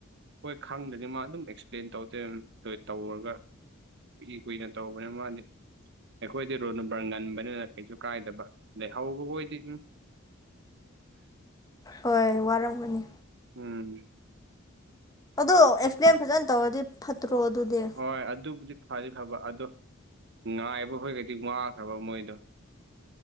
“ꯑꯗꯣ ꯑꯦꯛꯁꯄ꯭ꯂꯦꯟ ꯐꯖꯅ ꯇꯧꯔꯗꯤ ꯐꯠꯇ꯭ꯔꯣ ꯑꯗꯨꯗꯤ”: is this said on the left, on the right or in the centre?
Left